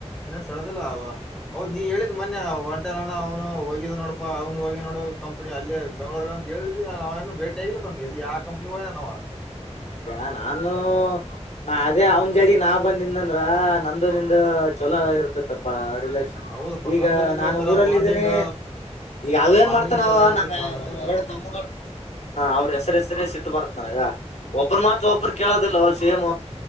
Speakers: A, in the centre; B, on the left (about 80°).
A: ಸೆಡದಿಲ್ಲ ಅವ. ಹೌದ ನೀ ಹೇಳಿದ್ ಮೊನ್ನೆ ಹೊಂಟೆನಣ್ಣ ಅವ್ನು ಹೋಗಿದ ನೋಡಪ್ಪ ಅವನು ಹೋಗಿ ನೋಡ ಕಂ. ಕಂಪಿ ಅಲ್ಲಿ ಬೆಂಗಳೂರ್ಗಂತ ಹೇಳಿದ ನಾವೇ ಏನು ಭೇಟ್ ಆಗಿಲ್ಲ ಪ್ಪ ಎಲ್ಲಿ ಯಾವ ಕಂಪನಿಗೆ ಹೋಗಿದಾನ ಅವ.
B: ಈಗ ನಾನು. ನಾ ಅದೇ ಅವನ್ ಜಡಿನಾ ಬಂದಿದ್ದಂದ್ರ ನಂದು ನಿಂದು ಚಲೋ ಇರ್ತತ್ತಪ್ಪ ರಿಲೇಷನ್.
A: ಹೌದಪ್ಪ
B: ಈಗ
A: ನಂದು ನಿಂದು
B: ನಾನು
A: ಒಂಥರ
B: ಊರಲ್ಲ
A: ಬಾಂಡಿಂಗ್
B: ಇದೀನಿ. ಅಲ್ಲಿ ಏನ್
A: ಬಾಂಡಿಂಗ್
B: ಮಾಡ್ತ ನಾವ
A: ಚಲೋ ನಡೀತಿತ್ತು
B: ನಮ್ಮ್
A: ನಂದು
B: ನಮ್ಮ್
A: ನಿಂದು
B: ಎರಡು ತಮ್ಮ. ಅವ್ರ ಹೆಸರ ಹೆಸರೇ ಎತ್ತಿದ್ರೆ ಸಿಟ್ಟ ಬರುತ್ತೆ ನನಗ. ಒಬ್ರು ಮಾತ್ರ ಒಬ್ರು ಕೇಳೋದಿಲ್ಲ ಸೇಮ್